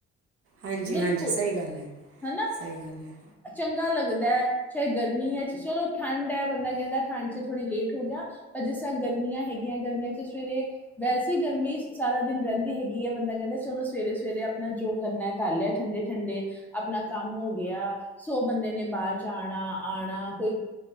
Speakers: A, on the right; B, in the centre.
A: ਹਾਂਜੀ
B: ਬਿਲਕੁਲ
A: ਹਾਂਜੀ ਸਹੀ ਗੱਲ ਹੈ
B: ਹਨਾ
A: ਸਹੀ ਗੱਲ ਹੈ
B: ਚੰ ਚੰਗਾ ਲੱਗਦਾ ਹੈ ਚਾਹੇ ਗਰਮੀ ਹੈ ਚ ਚਲੋ ਠੰਡ ਹੈ ਬੰਦਾ ਕਹਿੰਦਾ ਠੰਡ ਚ ਥੋੜੀ ਲੇਟ ਹੋ ਗਿਆ ਪਰ ਜਿਸ ਗਰਮੀਆਂ ਹੈਗੀਆਂ ਗਰਮੀਆਂ ਚ ਸਵੇਰੇ ਵੈਸੇ ਗਰਮੀ ਸਾਰਾ ਦਿਨ ਰਹਿੰਦੀ ਹੈਗੀ ਹੈ ਬੰਦਾ ਕਹਿੰਦਾ ਚਲੋ। ਸਵੇਰੇ ਸਵੇਰੇ ਆਪਣਾ ਜੋ। ਕਰਨਾ ਕਰ ਲਿਆ ਠੰਡੇ ਠੰਡੇ ਆਪਣਾ ਕੰਮ ਹੋ ਗਿਆ ਸੌ ਬੰਦੇ ਨੇ ਬਾਹਰ ਜਾਣਾ ਆ। ਕੋਈ